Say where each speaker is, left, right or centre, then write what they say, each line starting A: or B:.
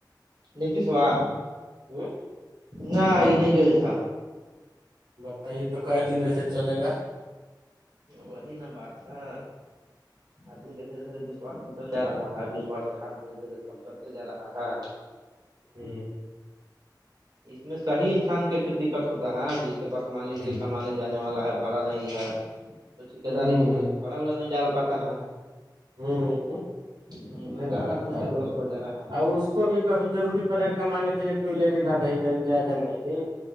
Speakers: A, on the right; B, on the right.
A: نیتیش وا
B: ہ
A: نہ یہ نہیں گل تھا
B: بتائیے تو ک دن ایسے چلے گا
A: وہی نا بات تھا آدمی کا دھیرے دھیرے وشواس ٹوٹل جا رہا ہے وشواس کے ہاتھ دھیرے دھیرے سب کرتے جا رہا ہے
B: ہوں
A: اس میں صحی انسان کے پھر دقت ہوتا ہے جس کے پاس مان لیجے
B: ہ
A: کمانے جانے والا ہے ب بھاڑا نہیں ہے تو ٹھیکے
B: ہ
A: دار ہی سوچتے بھاڑا وڑا نہیں ڈال پاتا ہے
B: ہوں ہ ہ
A: اس میں ایماندار
B: اا تو بات
A: آدمی
B: ہ
A: کا لوس ہو جا رہا ہے
B: آ کو بھی کبھی روری پڑے کمانے کے لیے کوئی لگے گا نہیں ری جائے گا نہیں